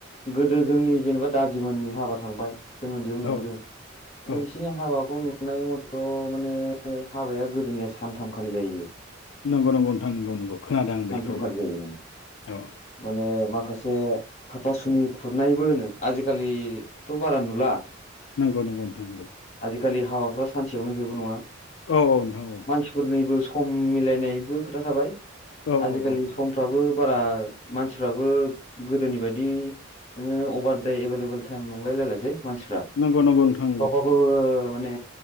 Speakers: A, on the left; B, on the left.
A: गोदो जोंनि जेनेबा दादिमोननि हाबा थांबाय जों उन्दैयाव नुबोदों
B: औ
A: माने
B: औ
A: बिसोरनि हाबाखौ नुनाय मथे थ माने हाबाया गोदोनिया सानथामखालि जायो
B: नंगौ नंगौ नोंथां नंगौ नंगौ खोनादों आं बेखौ
A: सानथामखालि जायोमोन नोंथां
B: औ
A: माने माखा खासे हाथासुनि खुरनायबो होनो आजिखालिथ बारा नुला
B: नंगौ नंगौ नोंथांं नंगौ
A: जिखालि हाबाफ्रा सानसेयावनो जोबो नङा
B: औ औ नोंथां औ
A: मानसिफोरनिबो सम मिलायनायबो खोथा थाबाय
B: औ
A: आजिखालि
B: औ औ
A: समफ्राबो बारा मानसिफ्राबो गोदोनि बायदि नोङो अभार दे एभेलेबेल टाइम नंलायलायलाजे मानसिफ्रा
B: नंगौ नंगौ नोंथां
A: गावबागाव ओ माने